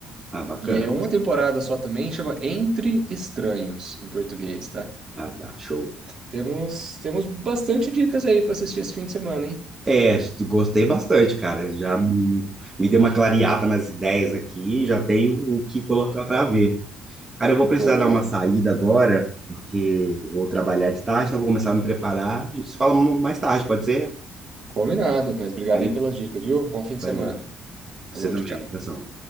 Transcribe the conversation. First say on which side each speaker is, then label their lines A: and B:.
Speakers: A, on the right; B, on the right.
A: Ah, bacana.
B: E é uma temporada só também, chama Entre Estranhos, em português, tá?
A: Ah, tá, show.
B: Temos, temos bastante dicas aí para assistir esse fim de semana, hein?
A: É, gostei bastante, cara. Já me me deu uma clareada nas ideias aqui, já tenho o que colocar para ver. Cara, eu vou
B: Boa.
A: precisar dar uma saída agora, porque vou trabalhar de tarde, então vou começar a me preparar. A gente se fala mais tarde, pode ser?
B: Combinado, mas obrigado
A: Aí,
B: aí pelas dicas, viu? Bom fim de
A: valeu.
B: semana.
A: Você
B: Falou,
A: também,
B: tchau, tchau.
A: abração.